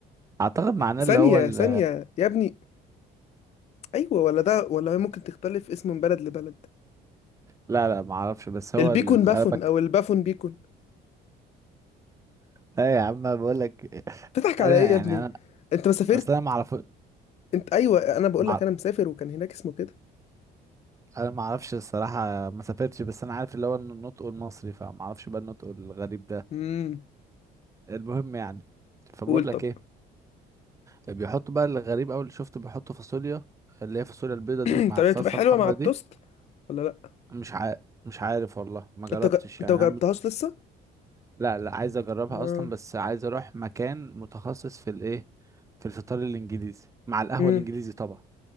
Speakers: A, on the right; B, on the left.
A: اعتقد معناه
B: ثانيه
A: اللي هو ال...
B: ثانيه يا ابني ايوه ولا ده ولا ممكن تختلف اسمه من بلد لبلد
A: لا لا ما اعرفش بس هو
B: البيكون
A: ال- ال-
B: بافون
A: انا بك
B: او البافون بيكون
A: لا يا عم أنا بقول لك
B: تضحك
A: انا
B: على ايه يا
A: يعني
B: ابني
A: انا
B: انت ما سافرت
A: اصل انا ما اعرف
B: انت ايوه انا بقول
A: مع...
B: لك انا مسافر وكان هناك اسمه كده
A: انا ما اعرفش الصراحه ما سافرتش بس انا عارف اللي هو النطق المصري فما اعرفش بقى النطق الغريب ده
B: امم
A: المهم يعني فبقول
B: قول
A: لك
B: طب
A: ايه بيحطوا بقى الغريب اول اللي شفته بيحطوا فاصوليا اللي هي فاصوليا البيضه
B: <clears throat>
A: دي مع
B: طب
A: الصلصه
B: هي تبقى حلوه
A: الحمراء
B: مع التوست
A: دي
B: ولا لا
A: مش عارف مش عارف والله ما جربتش
B: انت ج... انت
A: يعني
B: مجربتهاش
A: انا
B: لسه
A: لا لا عايز اجربها
B: اه
A: اصلا بس عايز اروح مكان متخصص في الايه في الفطار الانجليزي مع القهوة
B: امم
A: الانجليزي طبعا